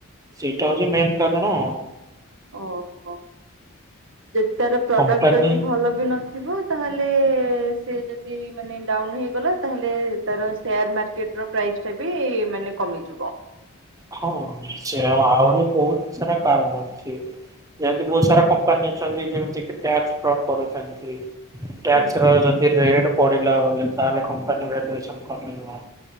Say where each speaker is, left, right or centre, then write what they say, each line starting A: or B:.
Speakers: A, on the right; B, on the right.
A: ସେଇଟା ହଉଛି ମେନ୍ କାରଣ।
B: ଓହୋ! ଯଦି ତାର ପ୍ରଡକ୍ଟ
A: କମ୍ପାନୀ
B: ଯଦି ଭଲ ବି ନଥିବ ତାହେଲେ ସେ ଯଦି ମାନେ ଡାଉନ୍ ହେଇଗଲା। ତାହେଲେ ତାର ସେୟାର୍ ମାର୍କେଟ୍ ର ପ୍ରାଇସ୍ ଟା ବି ମାନେ କମିଯିବ।
A: ହଁ, ହଁ ସେୟା ଆହୁରି ବହୁତ ସାରା କାରଣ ଅଛି। ଯେମିତି ବହୁତ ସାରା କମ୍ପାନୀ ଅଛନ୍ତି ଯେମିତି କି ଟ୍ୟାକ୍ସ ଫ୍ରଟ୍ କରୁଛନ୍ତି। ଟ୍ୟାକ୍ସର
B: ହୁଁ
A: ଯଦି ରେଡ୍ ପଡିଲା ଭଲେ ତାହେଲେ କମ୍ପାନୀ ଭେଲୁଏସନ୍ କମିବ।